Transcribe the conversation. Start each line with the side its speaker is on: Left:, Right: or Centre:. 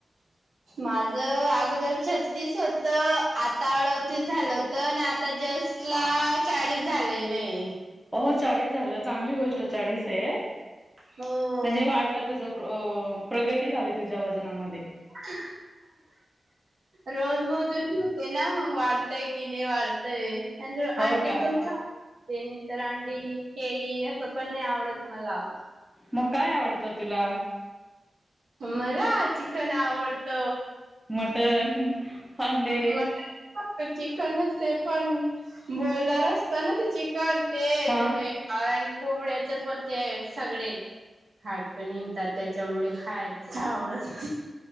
Right: माझं, अगोदर छत्तीस होतं. आता अडोतीस झालं होतं, आणि आता जस्ट ला चाळीस झालेलय.
Centre: अ हो, चाळीस झालं चांगली गोष्ट चाळीस आहे.
Right: हो
Centre: म्हणजे वाढलं तुझं - प्रगती झाली तुझ्या वजनामध्ये.
Right: <inaudible> रोज मोजून होते ना मग, वाढतय कि नाही वाढतय? आणि
Centre: हो
Right: अंडी
Centre: का
Right: पण खात नाही तरर अंडी केळी असं पण नाही आवडत मला.
Centre: मग काय आवडतं तुला?
Right: मला? चिकन आवडत
Centre: मटण, अंडे
Right: मट- फक्त चिकनच. ते पण बॉईलर असत ना ते चिकन. तेज
Centre: हा.
Right: हेै. आणि कोंबड्याच पण ते सगळे, खाटक निघतात त्याच्यामुळे. खायच आवडत